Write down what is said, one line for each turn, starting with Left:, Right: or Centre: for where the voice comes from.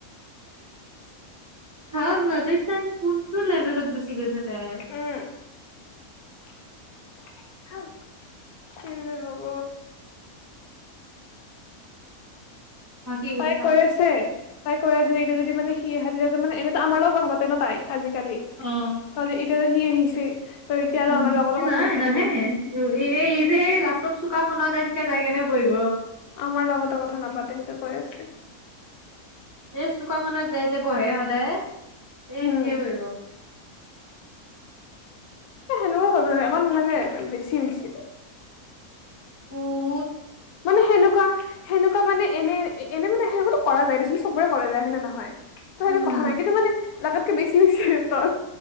Right: হা মাজত তাই কোনটো লেভেলত গুছি গৈছে- তাই
Left: উম <unintelligible> কি যে হ'ব
Right: থাকি গৈছা
Left: তাই কৈ আছে, তাইক তাই হৈ এতিয়া যদি মানে সি হাজৰিতো মানে এনেই আমাৰ লগত কথা পাতে ন তাই। আজিকালি
Right: অ',
Left: ত জে ইত প'ৰহি আহিছে তই এতিয়া আৰু
Right: উম
Left: আমাৰ লগতো কথা
Right: নাই,
Left: নাপাতিব।
Right: নাহে এ ই যে লাষ্টত চুকা ক <unintelligible> বহিব
Left: আমাৰ লগতো কথা নাপাতে সেইটো কৈ আছে,
Right: এ চুকামনত যায় যে বহে সদায়, এই এনেকেই
Left: উম,
Right: বহিব।
Left: এ সেনেকুৱা কৰিব নোৱাৰাৰে, অকণ মানে বেছি হৈছে।
Right: ও'
Left: মানে সেনেকুৱা সেনেকুৱা মানে এনে এনে মানে সেনেকুৱা টো কৰা যায় দে চোন চবৰে কৰা যায় হয় নে নহয় তো
Right: উম।
Left: সেইটো কথা নাই কিন্তু মানে লাগাতকে বেছি হৈছিল ত